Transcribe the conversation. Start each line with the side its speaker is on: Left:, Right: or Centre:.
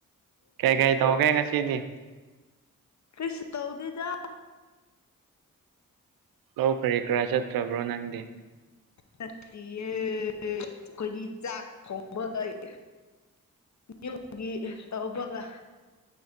Right: ꯀꯩ ꯀꯥꯏ ꯇꯧꯒꯦ ꯉꯁꯤꯗꯤ
Left: ꯐꯁꯨ ꯇꯧꯗꯖ
Right: ꯑ ꯀꯔꯤ ꯀꯔꯥ ꯆꯠꯇ꯭ꯔꯕ꯭ꯔꯣ ꯅꯪꯗꯤ
Left: ꯁꯠꯇꯤꯌꯦ ꯑꯩꯈꯣꯏꯗꯤ ꯆꯥꯛ ꯀꯣꯡꯕ ꯂꯩ ꯌꯨꯝꯒꯤ ꯇꯧꯕꯒ